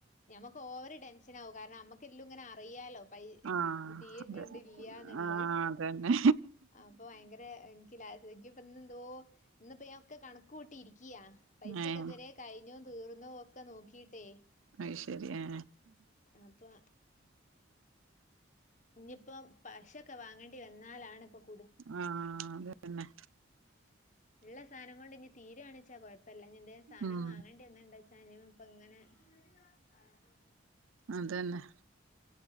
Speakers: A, on the left; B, on the right.
A: ഞമക്ക് ഓവർ ടെൻഷൻ ആവും കാരണം നമ്മക്ക് എല്ലും ഇങ്ങനെ അറിയാലോ ഇത്
B: ആഹ്
A: തീര്ണ്ട്
B: അതെ
A: ഇല്ല്യന്നുള്ള
B: ആഹ് അതന്നെ
A: അപ്പൊ ഭയങ്കര- ഇല്ല ശരിക്കും ഇപ്പൊ ഇന്ന് എന്തോ ഇന്ന് ഇപ്പോ ഞാൻ ഒക്കെ കണക്ക് കൂട്ടിയിരിക്കു- ക്യ പൈസയൊക്കെ
B: ഏഹ്
A: ഇതുവരെ കഴിഞ്ഞോ തീർന്നോ ഒക്കെ നോക്കിട്ടേ-
B: അയ്ശരി ഏ
A: അപ്പൊ ഇനിപ്പോ പശ- ക്കെ വാങ്ങേണ്ടി വന്നാലാണ് ഇപ്പ -
B: ആഹ് അത് തന്നെ
A: ഉള്ള സാധനം കൊണ്ട് ഇനി തീരു വാണേച്ചാ കൊഴപ്പല്ല ഇനി എന്തേലും സാധനം
B: ഉം
A: വാങ്ങണ്ടി വന്നാച്ചാ ഇപ്പ ഇങ്ങനെ- <inaudible> <unintelligible>
B: അത് തന്നെ